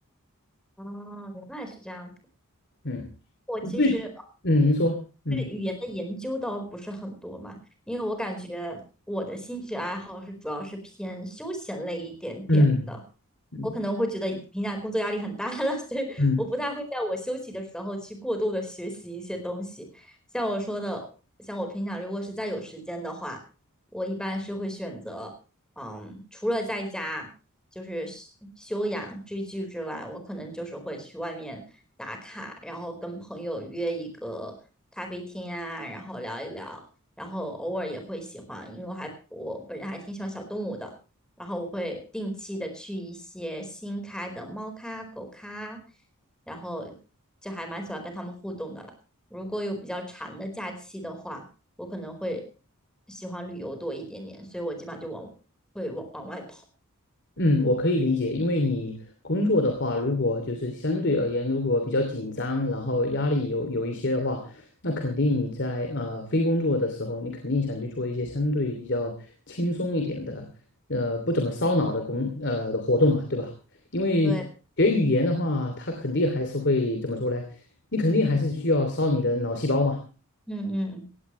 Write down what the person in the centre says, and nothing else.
哦，原来是这样子。
我其实
对语言的研究倒不是很多嘛，因为我感觉我的兴趣爱好是主要是偏休闲类一点点的。
我可能会觉得平经评价工作压力很大了，<laughs> 所以我不太会在我休息的时候去过度的学习一些东西。
像我说的，像我平常如果是再有时间的话，我一般是会选择，嗯，除了在家就是休休养追剧之外，我可能就是会去外面打卡，然后跟朋友约一个咖啡厅啊，然后聊一聊，然后偶尔也会喜欢，因为我还我本人还挺喜欢小动物的。然后我会定期的去一些新开的猫咖、狗咖，然后就还蛮喜欢跟他们互动的啦。如果有比较长的假期的话，我可能会喜欢旅游多一点点，所以我基本上就往会往往外跑。
对，
嗯嗯。